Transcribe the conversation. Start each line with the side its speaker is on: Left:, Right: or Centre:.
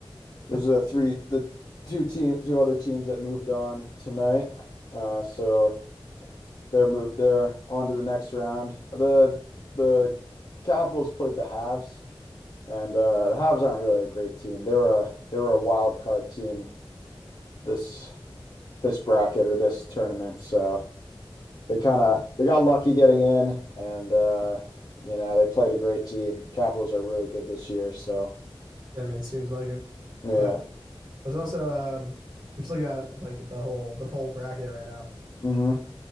Left: those are the three the two team two other teams that moved on tonight. Uh, so they're moved they're on to the next round. The the Capitals played the Habs and uh the Habs aren't really a great team. They were a they were a wild card team this this bracket or this tournament. So they kind of they got lucky getting in and uh you know, they played a great team. Capitals are really good this year, so
Right: I mean, it seems like it,
Left: yeah.
Right: but. was also um, I'm just looking at like the whole the whole bracket right now.
Left: hmm